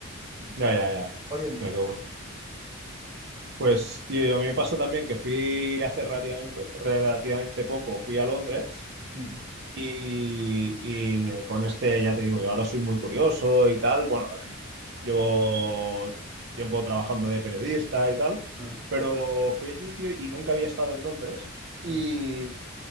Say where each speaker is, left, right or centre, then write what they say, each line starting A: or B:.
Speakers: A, on the right; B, on the right.
A: Mm.
B: Ya, ya, ya.
A: hoy en
B: Hostia,
A: día.
B: qué bueno. Pues, tío, a mí me pasó también que fui hace relativamente, relativamente poco, fui a Londres
A: Mm,
B: y, y eh, con este, ya te digo, yo ahora soy muy curioso y tal. Bueno, también llevo tiempo trabajando de periodista y tal,
A: mm,
B: pero fui allí, tío, y nunca había estado en Londres. Y,
A: mm,